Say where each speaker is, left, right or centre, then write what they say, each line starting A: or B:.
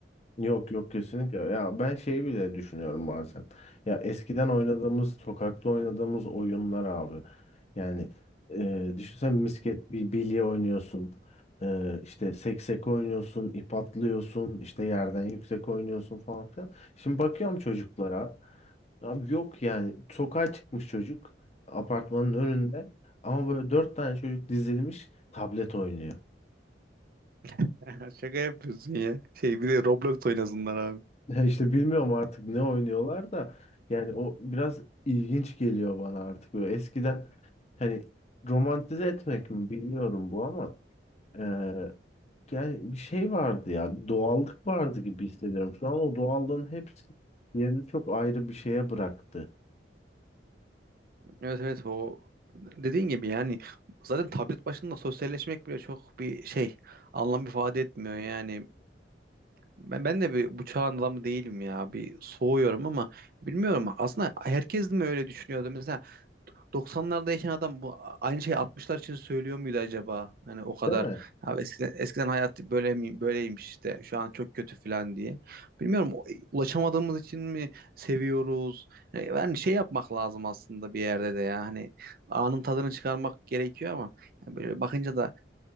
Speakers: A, on the left; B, on the right.
A: Yok yok kesinlikle. Ya ben şeyi bile düşünüyorum bazen. Ya eskiden oynadığımız, sokakta oynadığımız oyunlar abi. Yani e, düşünsen misket bir bilye oynuyorsun. E, işte seksek oynuyorsun, ip atlıyorsun, işte yerden yüksek oynuyorsun falan filan. Şimdi bakıyorum çocuklara. Abi yok yani sokağa çıkmış çocuk apartmanın önünde ama böyle dört tane çocuk dizilmiş tablet oynuyor.
B: <laughs> Şaka yapıyorsun ya. Şey bir de Roblox oynasınlar abi.
A: Ya işte bilmiyorum artık ne oynuyorlar da yani o biraz ilginç geliyor bana artık böyle eskiden hani romantize etmek mi bilmiyorum bu ama eee, yani bir şey vardı ya bir doğallık vardı gibi hissediyorum. Şu an o doğallığın hepsi yerini çok ayrı bir şeye bıraktı.
B: Evet evet o dediğin gibi yani zaten tablet başında sosyalleşmek bile çok bir şey anlam ifade etmiyor yani Ben, ben de bir bu çağın adamı değilim ya. Bir soğuyorum ama bilmiyorum. Aslında herkes mi öyle düşünüyordu? Mesela 90'larda yaşayan adam bu aynı şeyi 60'lar için söylüyor muydu acaba? Hani o kadar
A: Değil mi?
B: ya eskiden, eskiden hayat böyle mi, böyleymiş işte. Şu an çok kötü falan diye. Bilmiyorum o- e, ulaşamadığımız için mi seviyoruz? Hani yani şey yapmak lazım aslında bir yerde de ya. Hani anın tadını çıkarmak gerekiyor ama yani böyle bakınca da